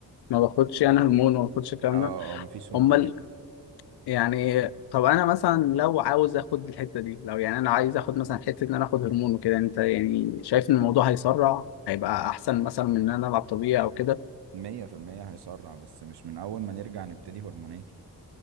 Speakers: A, on the left; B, on the right.
A: ما باخدش انا هرمون وما باخدش الكلام
B: اه
A: ده
B: اه مفيش هرمونات
A: امال يعني طب انا مثلا لو عاوز اخد الحته دي لو يعني انا عايز اخد مثلا حته ان انا اخد هرمون وكده انت يعني شايف ان الموضوع هيسرع هيبقى احسن مثلا من ان انا العب طبيعي او كده
B: مية في المية هيسرع بس مش من اول ما نرجع نبتدي هرمونات يعني.